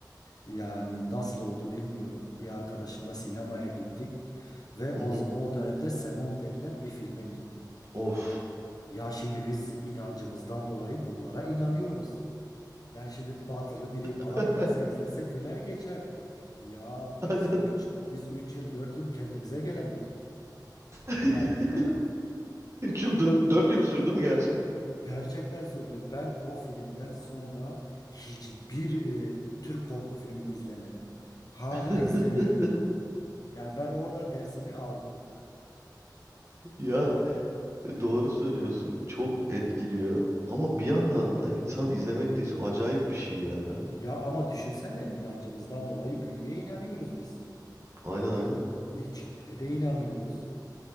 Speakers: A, on the left; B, on the right.
A: yani nasıl oldu bilmiyorum. Bir arkadaşımla sinemaya gittik ve
B: Hı
A: o
B: hı.
A: z- o dönemde Semum denilen bir filme gittik.
B: Of.
A: Ya şimdi biz inancımızdan dolayı bunlara inanıyoruz. Yani şimdi batılı biri
B: <laughs>
A: falan gelse izlese güler geçer. Ya biz
B: Aynen.
A: üç biz üç yıl 4 yıl kendimize gelemedik.
B: <laughs>
A: Yani <laughs>
B: Üç yıl dört dört yıl sürdü mü gerçekten?
A: gerçekten sürdü. Ben o filmden sonra hiçbir e, Türk korku filmini izlemedim. Hala
B: <laughs>
A: izlemiyorum. Yani ben orada dersimi aldım.
B: Ya e, doğru söylüyorsun. Çok etkiliyor. Ama bir yandan da insan izlemek de acayip bir şey ya.
A: Ya ama düşünsene inancımızdan dolayı büyüye inanıyoruz biz.
B: Aynen aynen.
A: E, e, cinlere de inanıyoruz.